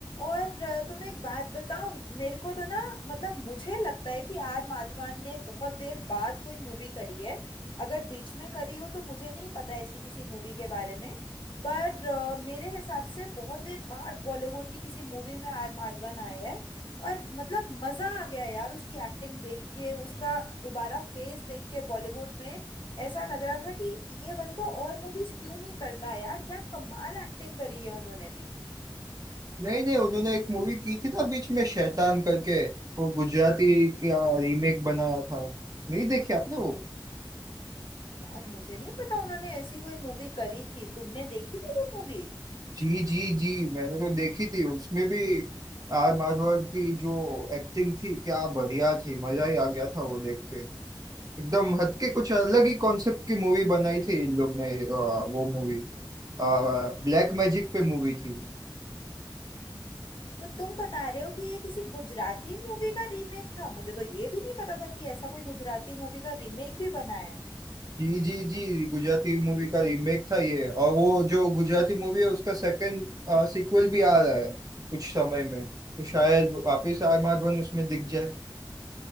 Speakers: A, on the left; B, on the right.
A: और अ, तुम्हें एक बात बताऊं मेरे को तो ना मतलब मुझे लगता है कि आर माधवन ने बहुत देर बाद कोई मूवी करी है अगर बीच में करी हो तो मुझे नहीं पता ऐसी किसी मूवी के बारे में पर अ, मेरे हिसाब से बहुत देर बाद बॉलीवुड की किसी मूवी में आर माधवन आए हैं और मतलब मजा आ गया यार उसकी एक्टिंग देख के उसका दोबारा फेस देख के बॉलीवुड में ऐसा लग रहा था कि ये बंदा और मूवीज क्यों नहीं करता है यार क्या कमाल एक्टिंग करी है उन्होंने भी
B: नहीं नहीं उन्होंने एक मूवी की थी ना बीच में शैतान करके वो गुजराती का रीमेक बनाया था नहीं देखी आपने वो
A: यार मुझे नहीं पता उन्होंने ऐसी कोई मूवी करी थी तुमने देखी थी वो मूवी
B: जी जी जी मैंने तो देखी थी उसमें भी आर माधवन की जो एक्टिंग थी क्या बढ़िया थी मजा ही आ गया था वो देख के एकदम हटके कुछ अलग ही कॉन्सेप्ट की मूवी बनाई थी इन लोग ने अ, वो मूवी ब्लैक मैजिक पे मूवी थी
A: तो तुम बता रहे हो कि ये किसी गुजराती मूवी का रीमेक था मुझे तो ये भी नहीं पता था कि ऐसा कोई गुजराती मूवी का रीमेक भी बना है
B: जी जी जी गुजराती मूवी का रीमेक था ये और वो जो गुजराती मूवी है उसका सेकंड सीक्वल भी आ रहा है कुछ समय में तो शायद वापस आर माधवन उसमें दिख जाए